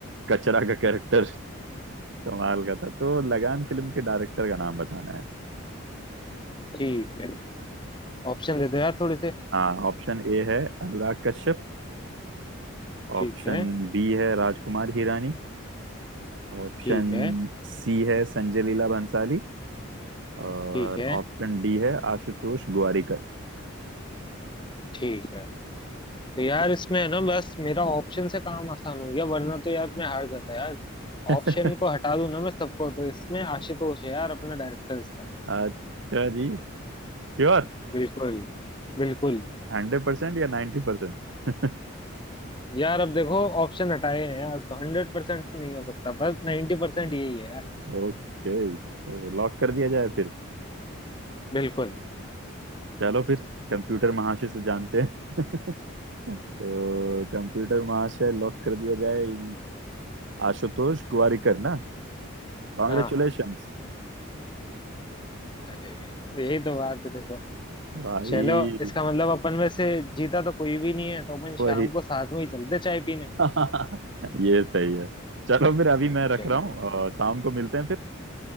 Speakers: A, on the right; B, on the left.
A: कचरा का कैरेक्टर कमाल का था तो लगान फिल्म के डायरेक्टर का नाम बताना है
B: ठीक है ऑप्शन दे दो यार थोड़े से
A: हाँ ऑप्शन ए है अनुराग कश्यप
B: ठीक
A: ऑप्शन
B: है
A: बी है राजकुमार हिरानी ऑप्शन
B: ठीक है
A: सी है संजय लीला भंसाली और
B: ठीक है
A: ऑप्शन डी है आशुतोष गोवारिकर
B: ठीक है तो यार इसमें है ना बस मेरा ऑप्शन से काम आसान हो गया वरना तो यार मैं हार जाता यार
A: <laughs>
B: ऑप्शन को हटा दूं ना मैं सबको तो इसमें आशुतोष है यार अपना डायरेक्टर इसका
A: अच्छा जी श्योर
B: बिल्कुल बिल्कुल
A: हंड्रेड परसेंट या नाइन्टी परसेंट
B: यार अब देखो ऑप्शन हटाए हैं यार तो हंड्रेड परसेंट तो नहीं हो सकता पर नाइन्टी परसेंट यही है यार
A: ओके <laughs> तो लॉक कर दिया जाए फिर
B: बिल्कुल
A: चलो फिर कंप्यूटर महाशय से जानते हैं <laughs> तो कंप्यूटर महाशय लॉक कर दिया जाए आशुतोष गोवारिकर ना कॉन्ग्रेचुलेशंस
B: हाँ हाँ अरे यही तो बात है देखो
A: भाई
B: चलो इसका मतलब अपन में से जीता तो कोई भी नहीं है तो अपन शाम
A: वही
B: को साथ में ही चलते चाय पीने
A: <laughs> ये सही है चलो फिर अभी मैं रख
B: चलो
A: रहा हूँ अ, शाम को मिलते हैं फिर